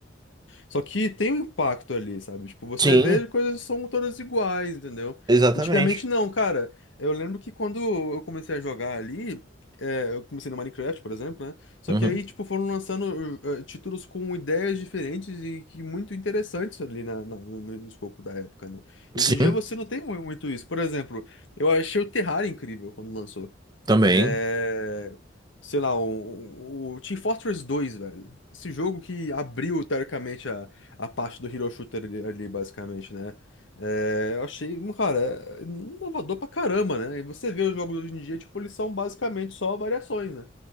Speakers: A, on the left; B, on the right.
A: só que tem um impacto ali, sabe? Tipo, você
B: Sim,
A: vê coisas que são todas iguais, entendeu?
B: exatamente.
A: Antigamente não, cara. Eu lembro que quando eu comecei a jogar ali, é, eu comecei no Minecraft, por exemplo, né? Só
B: Uhum.
A: que aí, tipo, foram lançando eh, títulos com ideias diferentes e que muito interessantes ali na, na- no, no escopo da época, né? E
B: Sim,
A: hoje em dia você não tem mu- muito isso. Por exemplo, eu achei o Terraria incrível quando lançou.
B: também.
A: É, sei lá, o, o- o Team Fortress dois velho. Esse jogo que abriu, teoricamente, a, a parte do Hero Shooter ali, ali, basicamente, né? É, eu achei, um, cara, é inovador pra caramba, né? E você vê os jogos hoje em dia, tipo, eles são basicamente só variações, né?